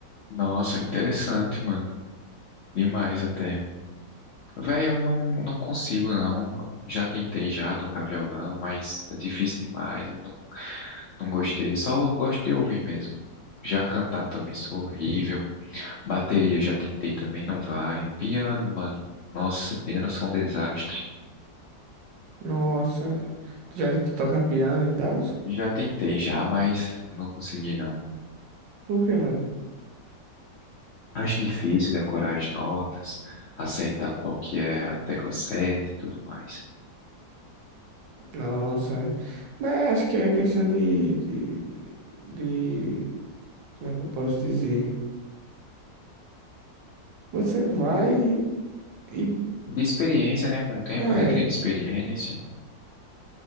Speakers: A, on the left (about 85°); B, on the right (about 80°).
A: Nossa, interessante, mano. Demais até. Velho, eu não, não consigo, não. Já tentei já tocar violão, mas é difícil demais. Eu não, não gostei. Só eu gosto de ouvir mesmo. Já cantar também sou horrível. Bateria já tentei também, não vai. Piano, mano. Nossa, piano sou um desastre.
B: Nossa, tu já tu toca piano e tal?
A: Já tentei já, mas não consegui não.
B: Por quê, mano?
A: Acho difícil decorar as notas, acertar qual que é a tecla certa e tudo mais.
B: Nossa, mas acho que é questão de, de, de, como é que eu posso dizer? Você vai e,
A: De experiência, né? Com o tempo,
B: é,
A: adquirindo experiência.